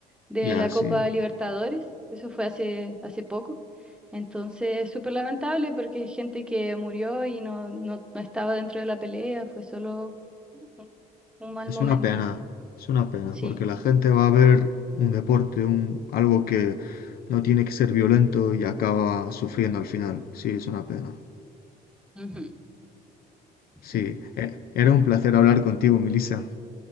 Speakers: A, in the centre; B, on the left.
A: de
B: ya,
A: la
B: sí.
A: Copa Libertadores, eso fue hace, hace poco. Entonces, súper lamentable porque gente que murió y no, no, no estaba dentro de la pelea, fue solo Un un mal
B: Es
A: momento,
B: una pena,
A: sí.
B: es una pena,
A: Sí,
B: porque la gente va a ver un deporte, un, algo que no tiene que ser violento y acaba sufriendo al final. Sí, es una pena.
A: Ujú,
B: Sí,
A: Sí.
B: e- era un placer hablar contigo, Melissa.